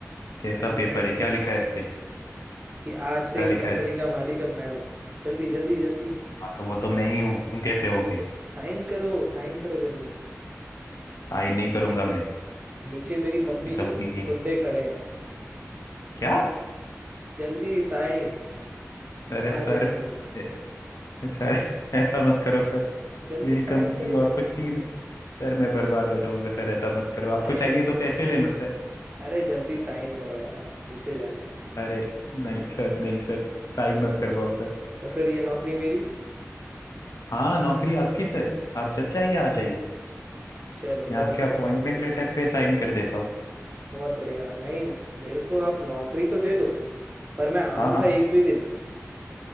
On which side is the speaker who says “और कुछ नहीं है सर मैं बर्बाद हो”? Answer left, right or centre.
Left